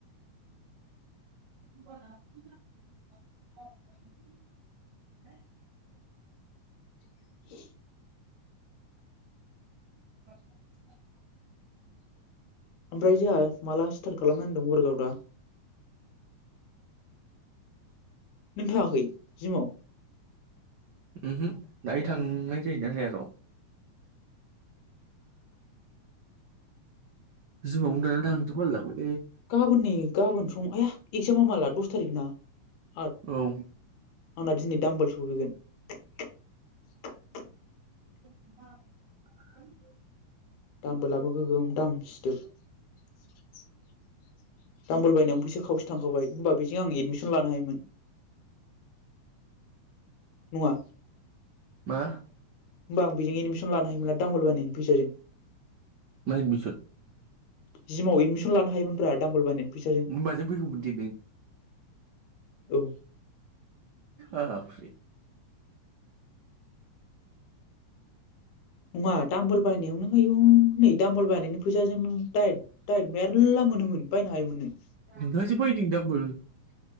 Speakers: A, on the right; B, on the left.
A: <unintelligible>
B: <unintelligible>
A: <unintelligible>
B: ओमफ्राय जोंहा माला स्टार्ट खालामना होनदों <unintelligible> दा नों थाङाखै जिमाव
A: ओमहो दाहाय थांनाय जायोना जाया र' जिमावनो दाना थांनोसो बालाय लांबाय
B: गाबोन नै गाबोन सं आया एक्जामा माला दस तारिक ना आथ
A: औ
B: आंना दिनै दामबोल सफैगोन। <inaudible>
A: <unintelligible>
B: दामबो लाबो गोगोम दाम। दामबोल बायनायावनो फैसा खावसे थांखाबाय होमबा बेजों आं एडमिसन लानो हायोमोन नङा
A: मा
B: होमबा आं बेजों एदमिसन लानो हायोमोन ना। दामबोल बायनायनि फैसाजों
A: मा एडमिसन
B: जिमाव एडमिसन लानो हायोमोनब्रा दामबल बायनायनि फैसाजों
A: माजों फैगौमोन दे नों
B: औ
A: ओ फ्रि
B: नङा दामबोल बायनायावनो आयु नै दामबोल बायनायनि फैसाजों नों टाइ टाइट मेरला मोनोमोन बायनो हायोमोन नों
A: नोंहासो <unintelligible>